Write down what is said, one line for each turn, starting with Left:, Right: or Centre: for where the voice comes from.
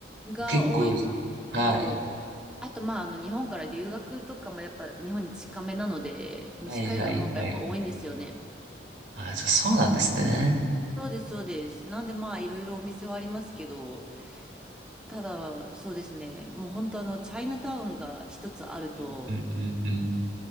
Centre: が多いのと、
Right: 結構、はい。
Centre: あと、まあ、あの、日本から留学とかもやっぱ日本に近めなので、西海岸の方がやっぱ多いんですよね。
Right: はい、はい、はい。あ、じゃあそうなんですね。
Centre: そうです、そうです。なんで、まあ、いろいろお店はありますけど、ただ、そうですね、もう本当、あの、チャイナタウンが一つあると、
Right: うん、うん、うん、う